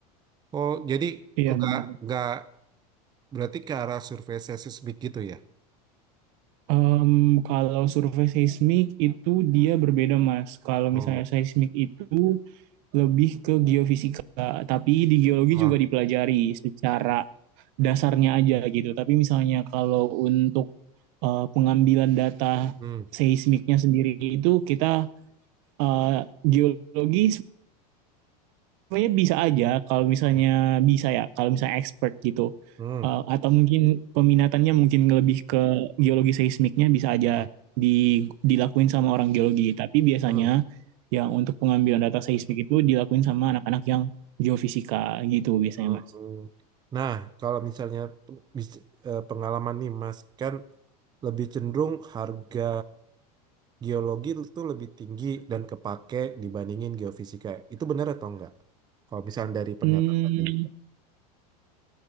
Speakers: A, on the right; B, on the right.
A: Oh, jadi
B: iya
A: enggak
B: benar.
A: enggak berarti ke arah survei seismik gitu ya?
B: Em, kalau survei seismik itu dia berbeda, Mas. Kalau
A: Oh,
B: misalnya seismik itu lebih ke geofisika, tapi di geologi
A: ah,
B: juga dipelajari secara dasarnya aja gitu. Tapi misalnya kalau untuk eh, pengambilan data
A: hmm,
B: seismiknya sendiri itu kita eh, geologi sebenarnya bisa aja kalau misalnya
A: hmm,
B: bisa ya kalau misalnya expert gitu
A: hmm,
B: Eh, atau mungkin peminatannya mungkin lebih ke geologi seismiknya bisa aja
A: hmm,
B: di, dilakuin sama orang geologi tapi biasanya
A: hmm,
B: yang untuk pengambilan data seismik itu dilakuin sama anak-anak yang geofisika gitu biasanya
A: hmm,
B: mas.
A: hmm. Nah, kalau misalnya peng- bis- eh, pengalaman nih Mas kan lebih cenderung harga geologi itu lebih tinggi dan kepake dibandingin geofisika. Itu benar atau enggak? Kalau misalnya dari pernyataan
B: Hmm,
A: tadi.